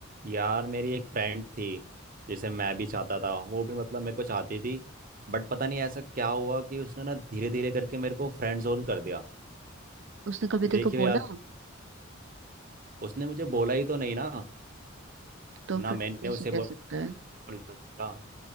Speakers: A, on the right; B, on the right.
A: यार मेरी एक फ्रेंड थी जिसे मैं भी चाहता था वो भी मतलब मेरे को चाहती थी बट पता नहीं ऐसा क्या हुआ कि उसने ना धीरे धीरे करके मेरे को फ्रेंड जोन कर दिया
B: उसने कभी
A: देखियो
B: तेरे को बोला
A: यार उसने मुझे बोला ही तो नहीं ना
B: तो
A: ना
B: फिर
A: मैंने
B: तू कैसे
A: उसे
B: कह सकता है
A: बोला